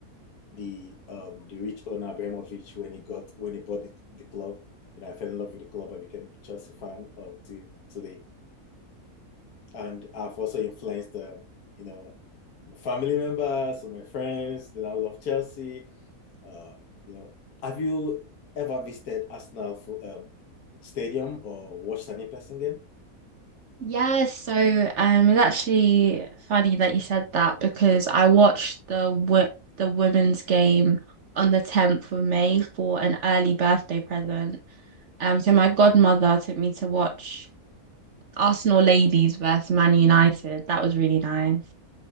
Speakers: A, on the left; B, on the right.
A: the um, the rich owner Abramovich when he got when he bought the, the club. You know, I fell in love with the club. I became a Chelsea fan up to today, and I've also influenced um, you know my family members or my friends. Then I love Chelsea. Uh, you know, have you ever visited Arsenal for, um, stadium or watched an in-person game?
B: Yes, so um, it's actually funny that you said that because I watched the wo the women's game on the 10th of May for an early birthday present. Um, so my godmother took me to watch Arsenal Ladies versus Man United. That was really nice.